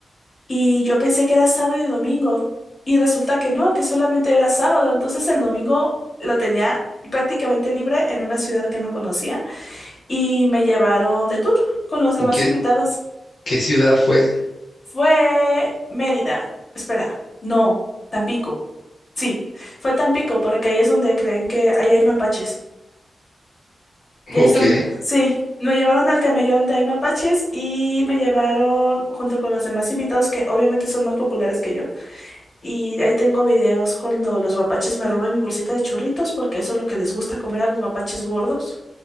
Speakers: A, on the left; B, on the left.
A: Y yo pensé que era sábado y domingo. Y resulta que no, que solamente era sábado. Entonces el domingo lo tenía prácticamente libre en una ciudad que no conocía. Y me llevaron de tour con los demás
B: ¿En ¿Qué,
A: invitados.
B: qué ciudad fue?
A: Fue Mérida. Espera, no, Tampico. Sí, fue Tampico porque ahí es donde creen que ahí hay mapaches. Y ahí
B: Ok.
A: es donde, sí, me llevaron al camellón de hay mapaches y me llevaron junto con los demás invitados que obviamente son más populares que yo Y ahí tengo videos cuando los mapaches me roban mi bolsita de churritos, porque eso es lo que les gusta comer a los mapaches gordos.